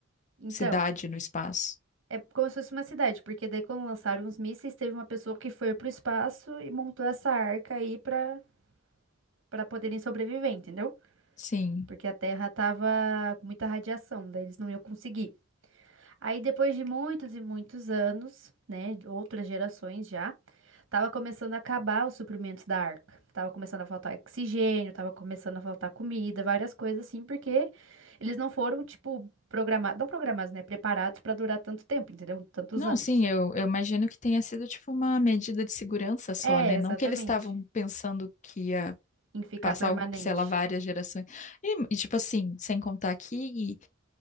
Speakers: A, on the right (about 65°); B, on the left (about 35°).
A: então,
B: cidade no espaço?
A: é como se fosse uma cidade, porque daí quando lançaram os mísseis, teve uma pessoa que foi pro espaço e montou essa arca aí pra para poderem sobreviver, entendeu?
B: Sim.
A: Porque a Terra tava com muita radiação, daí eles não iam conseguir. Aí depois de muitos e muitos anos, né, outras gerações já, Tava começando a acabar os suprimentos da Arca. Tava começando a faltar oxigênio, tava começando a faltar comida, várias coisas assim, porque eles não foram, tipo, programados, não programados, né? Preparados pra durar tanto tempo, entendeu? Tantos
B: Não,
A: anos.
B: sim, eu, eu imagino que tenha sido, tipo, uma medida de segurança só,
A: É,
B: né?
A: exatamente.
B: Não que eles estavam pensando que ia
A: Em ficar
B: passar,
A: permanente.
B: sei lá, várias gerações. E, e, tipo assim, sem contar que